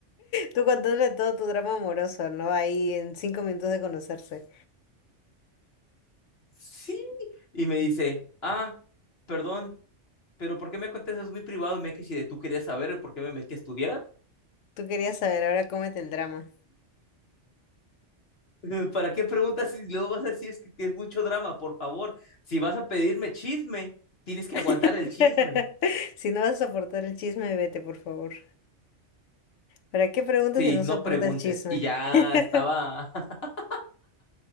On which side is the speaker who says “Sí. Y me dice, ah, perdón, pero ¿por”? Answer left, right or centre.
Left